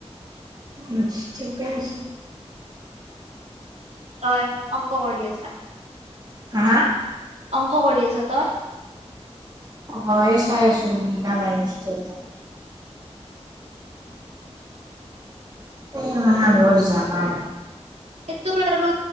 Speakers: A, on the right; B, on the right.
A: আছ ঠিকে আছে
B: তই অংক কৰি আছা
A: হা হা
B: অংক কৰি আছা তই
A: অ এই চাই আছো মিলা নাই বস্তুটো এটা এ আমাৰ বৰ জালা
B: এইটোৰ আৰু